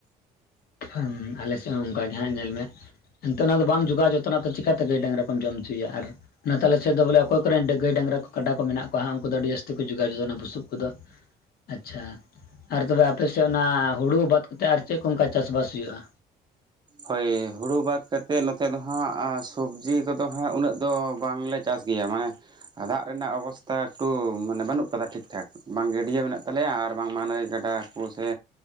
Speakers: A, on the left; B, on the right.
A: ᱯᱷᱟᱢ ᱟᱞᱮ ᱥᱮᱫ ᱦᱚᱸ ᱚᱝᱠᱟ ᱜᱮ ᱦᱟᱸᱜ ᱧᱮᱞ ᱢᱮ ᱦᱮᱱ ᱛᱮ ᱚᱱᱟ ᱫᱚ ᱵᱟᱢ ᱡᱚᱜᱟᱣ ᱡᱚᱛᱚᱱᱟ ᱛᱚ ᱪᱮᱠᱟ ᱛᱮ ᱜᱟᱹᱭ, ᱰᱟᱝᱨᱟ ᱠᱚᱢ ᱡᱚᱢ ᱪᱚᱭᱭᱟ ᱟᱨ ᱚᱱᱟ ᱛᱟᱞᱮ ᱥᱮᱫ ᱫᱚ ᱵᱚᱞᱮ ᱚᱠᱚᱭ ᱠᱚᱱ ᱰ ᱜᱟᱹᱭ ᱱᱚᱛᱮ ᱟᱞᱮ ᱥᱮᱫ ᱫᱚ ᱵᱚᱞᱮ ᱚᱠᱚᱭ ᱠᱚᱨᱮᱱ ᱰᱟᱹᱜᱽ ᱱᱟ ᱛᱟᱞᱮ ᱥᱮᱫ ᱫᱚ ᱵᱚᱞᱮ ᱚᱠᱚ ᱠᱚᱨᱮᱱ ᱰᱟᱹ ᱜᱟᱹᱭ, ᱰᱟᱝᱨᱟ ᱠᱚ, ᱠᱟᱰᱟ ᱠᱚ ᱢᱮᱱᱟᱜ ᱠᱚᱣᱟ ᱦᱟᱸᱜ ᱩᱝᱠᱩ ᱫᱚ ᱟᱹᱰᱤ ᱡᱟᱹᱥᱛᱤ ᱠᱚ ᱡᱳᱜᱟᱣ ᱡᱚᱛᱚᱱᱟ ᱵᱩᱥᱩᱵ ᱠᱚᱫᱚ ᱾ ᱟᱪᱪᱷᱟ ᱟᱨ ᱛᱚᱵᱮ ᱟᱯᱮᱥᱮᱜ ᱚᱱᱟ ᱦᱩᱲᱩ ᱵᱟᱫᱽ ᱠᱟᱛᱮᱜ ᱟᱨ ᱪᱮᱜ ᱠᱚ ᱚᱝᱠᱟ ᱪᱟᱥ-ᱵᱟᱥ ᱦᱩᱭᱩᱜᱼᱟ?
B: ᱦᱳᱭ, ᱦᱩᱲᱩ ᱵᱟᱫᱽ ᱠᱟᱛᱮᱜ ᱱᱚᱛᱮ ᱫᱚ ᱦᱟᱸᱜ ᱟᱸ ᱥᱚᱵᱽᱡᱤ ᱠᱚᱫᱚ ᱦᱟᱸᱜ ᱩᱱᱟᱹᱜ ᱫᱚ ᱵᱟᱝᱞᱮ ᱪᱟᱥ ᱜᱮᱭᱟ ᱢᱟᱱᱮ ᱟᱫᱟᱜ ᱨᱮᱱᱟᱜ ᱚᱵᱚᱥᱛᱟ ᱮᱠᱴᱩ ᱢᱟᱱᱮ ᱵᱟᱹᱱᱩᱜ ᱠᱟᱫᱟ ᱴᱷᱤᱠ-ᱴᱷᱟᱠ᱾ ᱵᱟᱝ ᱜᱟᱹᱰᱭᱟᱹ ᱢᱮᱱᱟᱜ ᱛᱟᱞᱮᱭᱟ ᱟᱨ ᱵᱟᱝ ᱢᱟ ᱱᱟᱹᱭ, ᱜᱟᱰᱟ ᱠᱚ ᱥᱮ